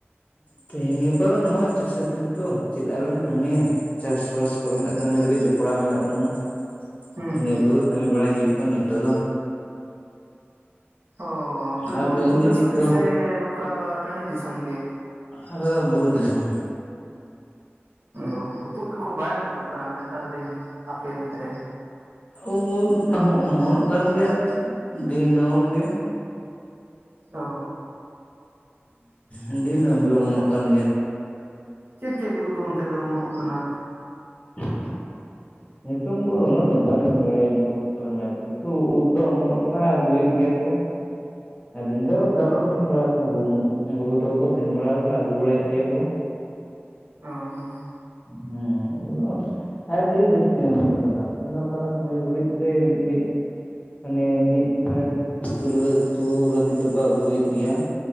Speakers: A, on the left (about 30°); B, on the right (about 60°).
A: ᱛᱮᱦᱤᱧ ᱜᱟᱯᱟ ᱫᱚ ᱱᱚᱜᱼᱚᱭ ᱪᱟᱥᱟ ᱫᱤᱱ ᱛᱚ ᱪᱮᱫ ᱟᱨᱵᱚᱱ ᱠᱟᱹᱢᱤᱭᱟ ᱪᱟᱥᱵᱟᱥ ᱠᱚᱨᱮᱱᱟᱜ ᱠᱟᱹᱢᱤ ᱨᱮᱜᱮ ᱡᱚᱯᱲᱟᱣ ᱢᱮᱱᱟᱜ ᱵᱚᱱᱟ
B: ᱦᱩᱸ
A: ᱤᱱᱟᱹ
B: ᱦᱩᱸ
A: ᱠᱚᱜᱮ ᱠᱟᱹᱢᱤ ᱵᱟᱲᱟᱭ ᱦᱩᱭᱩᱜ ᱠᱟᱱᱟ ᱱᱤᱛᱚᱜ ᱫᱚ᱾
B: ᱚ ᱟᱯᱮ
A: ᱟᱵᱮᱱ
B: ᱫᱚ ᱵᱩᱨᱩ
A: ᱜᱮ
B: ᱫᱤᱥᱚᱢ
A: ᱪᱮᱫ ᱠᱚ
B: ᱥᱮ ᱱᱚᱝᱠᱟ ᱴᱟᱺᱰᱤ ᱫᱤᱥᱚᱢ ᱜᱮ?
A: ᱟᱞᱮ ᱫᱚ ᱵᱩᱨᱩ ᱫᱤᱥᱚᱢ
B: ᱚᱸ ᱩᱰ ᱠᱚ ᱵᱟᱭ ᱚᱢᱚᱱᱚᱜ ᱠᱟᱱᱟ ᱱᱮᱛᱟᱨ ᱫᱤᱱ ᱟᱯᱮ ᱚᱱᱛᱮ?
A: ᱩᱸ ᱩᱸ ᱦᱚᱸ ᱚᱢᱚᱱᱚᱜ ᱠᱟᱱ ᱜᱮᱭᱟ ᱫᱤᱱᱟᱹᱢ ᱜᱮ
B: ᱚᱻ
A: ᱩᱸ ᱫᱤᱱᱟᱹᱢ ᱜᱮ ᱚᱢᱚᱱᱚᱜ ᱠᱟᱱ ᱜᱮᱭᱟ
B: ᱪᱮᱫ ᱪᱮᱫ ᱩᱫ ᱚᱱᱛᱮ ᱫᱚ ᱚᱢᱚᱱᱚᱜ ᱠᱟᱱᱟ?
A: <inaudible> ᱧᱩᱛᱩᱢ ᱠᱚᱫᱚ ᱩᱱᱟᱹᱜ ᱫᱚ ᱵᱟᱹᱞᱤᱧ ᱵᱟᱲᱟᱭᱟᱧ ᱩᱫ ᱠᱚᱨᱮᱱᱟᱜ ᱠᱤᱱᱛᱩ ᱩᱫ ᱫᱚ ᱚᱢᱚᱱᱚᱜ ᱠᱟᱱᱟ ᱟᱹᱜᱩᱭᱮᱫ ᱜᱮᱭᱟ ᱠᱚ <inaudible> ᱟᱹᱞᱤᱧ ᱫᱚ ᱵᱟᱞᱤᱧ
B: ᱚ
A: ᱥᱮᱱ ᱵᱟᱲᱟ ᱠᱟᱱᱟ ᱜᱚᱸᱜᱩ ᱜᱚᱜᱚ ᱛᱟᱠᱚ ᱠᱚ ᱥᱮᱱ ᱵᱟᱲᱟ ᱟᱠᱟᱱᱟ ᱟᱹᱜᱩ ᱵᱟᱲᱟᱭᱮᱫ ᱜᱮᱭᱟ ᱠᱚ
B: ᱚᱸᱻ
A: ᱦᱩ <unintelligible> ᱟᱹᱰᱤ ᱡᱟᱹᱥᱛᱤ ᱚᱢᱚᱱ ᱟᱠᱟᱱᱟ ᱥᱮᱱᱚᱜ ᱠᱟᱱᱟ ᱠᱚ ᱢᱤᱫ ᱜᱷᱟᱹᱲᱤᱡ ᱛᱮ ᱢᱤᱫ ᱢᱟᱱᱮ ᱢᱤᱫ ᱵᱮᱲᱟ ᱛᱩᱞᱟᱹ ᱩᱛᱩ ᱞᱟᱹᱜᱤᱫ ᱫᱚᱠᱚ ᱟᱹᱜᱩᱭᱮᱫ ᱜᱮᱭᱟ